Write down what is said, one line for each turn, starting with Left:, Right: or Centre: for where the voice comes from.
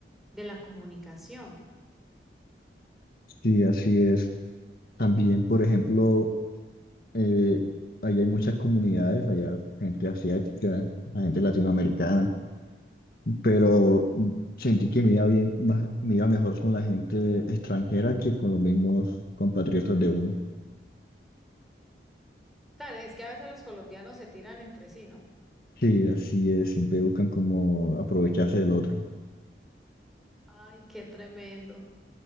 Centre: de la comunicación.
Left: Sí, así es. También, por ejemplo... Eh, allá hay muchas comunidades, allá gente asiática, la gente latinoamericana, pero sentí que me iba bien, más- me iba mejor con la gente extranjera que con los mismos compatriotas de uno.
Centre: Claro, es que a veces los colombianos se tiran entre sí, ¿no?
Left: Sí, así es, siempre buscan como aprovecharse del otro.
Centre: Ay, qué tremendo.